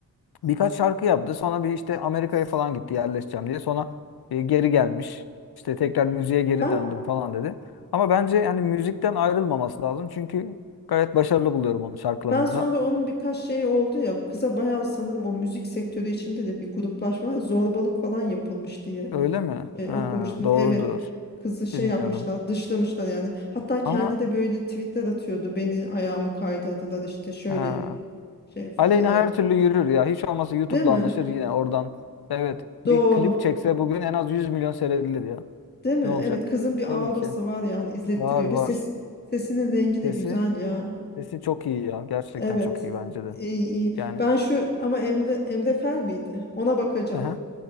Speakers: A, on the left (about 80°); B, on the left (about 25°).
A: birkaç şarkı yaptı. Sonra bir işte Amerika'ya falan gitti yerleşeceğim diye. Sonra e, geri gelmiş. İşte tekrar müziğe geri
B: Ben
A: döndüm falan dedi. Ama bence yani müzikten ayrılmaması lazım. Çünkü gayet başarılı buluyorum onun şarkılarını
B: ben sonra
A: da.
B: onun birkaç şeyi oldu ya. Kıza bayağı sanırım o müzik sektörü içinde de bir gruplaşma, zorbalık falan yapılmış diye
A: Öyle mi?
B: e,
A: Ha,
B: okumuştum.
A: doğrudur.
B: Evet. Kızı şey
A: Bilmiyorum.
B: yapmışlar, dışlamışlar yani. Hatta kendi
A: Ama
B: de böyle tweetler atıyordu. Beni ayağımı kaydırdılar işte şöyle
A: ha.
B: şey falan
A: Aleyna
B: oldu.
A: her türlü yürür ya. Hiç olmazsa YouTube'la
B: Değil mi?
A: anlaşır yine oradan. Evet.
B: Doğru.
A: Bir klip çekse bugün en az 100 milyon seyredilir ya.
B: Değil mi?
A: Ne olacak?
B: Evet, kızın bir
A: Tabii
B: aurası
A: ki.
B: var yani izlettiriyor
A: Var var.
B: ve ses sesinin rengi
A: Sesi.
B: de güzel ya.
A: Sesi çok iyi ya. Gerçekten
B: Evet.
A: çok iyi bence de.
B: İyi, iyi.
A: Yani.
B: Ben şu ama Emre Emre Fel miydi? Ona bakacağım.
A: Aha.